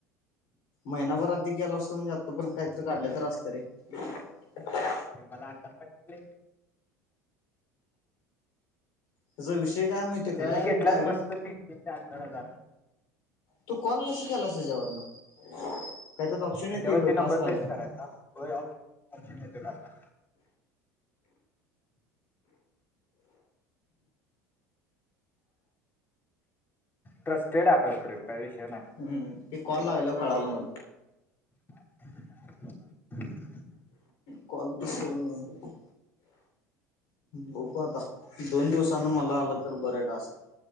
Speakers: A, on the left; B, on the left.
A: महिनाभर अधी केलो असतो. म्हणजे आतापर्यंत काहीतरी काढलो तर असतो रे. <inaudible>
B: ते मला आता सांगितले.
A: त्याचा विषय काय माहितीय
B: त्यांनी
A: काय
B: घेतल्यात
A: डायरेक्ट.
B: मस्त तीन तीन चार चार हजार
A: तू कॉल कशी केला हेचा वरन, काय तर त्यात ऑप्शन
B: याच्यावरती
A: येतोय
B: नंबर
A: टास्क आल्यावर.
B: पेस्ट करायचा होय ऑप्शन येतो टाकता ट्रस्टेड अॅप आहे, सोड काय विषय नाही.
A: हम्म ते कॉल लागल्यावर कळाल मला.
B: <inaudible>
A: कॉल उचलनात कोण, बगु आता दोन दिवसान मला आल तर बरं टास्क,